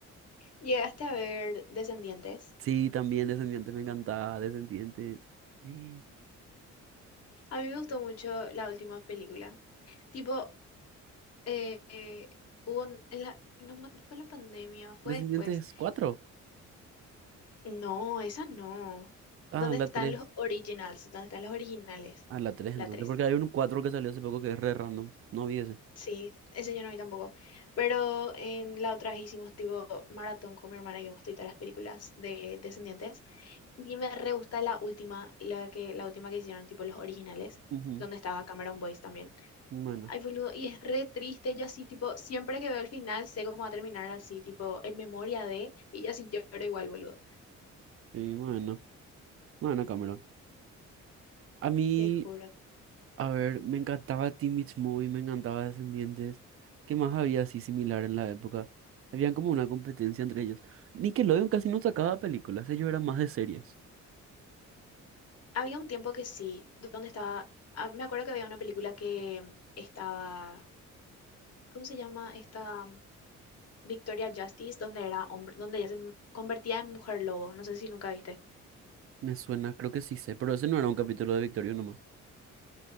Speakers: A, on the left; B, on the right.
A: ¿Llegaste a ver Descendientes?
B: Sí, también Descendientes me encantaba, Descendientes. Sí.
A: A mí me gustó mucho la última película. Tipo, eh, eh, hubo, un- en la- no, me- fue en la pandemia, fue
B: Descendientes
A: después
B: cuatro
A: No, esa no.
B: Ah,
A: ¿Dónde
B: la
A: están
B: tres
A: los originals? ¿Dónde están los originales?
B: Ah, la tres
A: La
B: entonces,
A: 3,
B: porque hay un 4 que salió hace poco que es re random. No vi ese.
A: Sí, ese yo no vi tampoco. Pero en la otra hicimos tipo maratón con mi hermana y vimos todas las películas de Descendientes. Y me re gusta la última, la que, la última que hicieron, tipo los originales,
B: Ujú.
A: donde estaba Cameron Boyce también.
B: Bueno,
A: Ay, boludo, y es re triste. Yo así, tipo, siempre que veo el final, sé cómo va a terminar así, tipo, en memoria de, y yo así lloro igual, boludo.
B: sí, bueno. Bueno, Cameron. A mí,
A: Te juro.
B: a ver, me encantaba Teen Beach Movie, me encantaba Descendientes. ¿Qué más había así similar en la época? Habían como una competencia entre ellos. Nickelodeon casi no sacaba películas, ellos eran más de series.
A: Había un tiempo que sí, donde estaba, ah, me acuerdo que había una película que estaba, ¿cómo se llama? Esta mm, Victoria Justice, donde era hombre, donde ella se m- convertía en mujer lobo, no sé si nunca viste.
B: Me suena, creo que sí sé, pero ese no era un capítulo de Victorio nomás.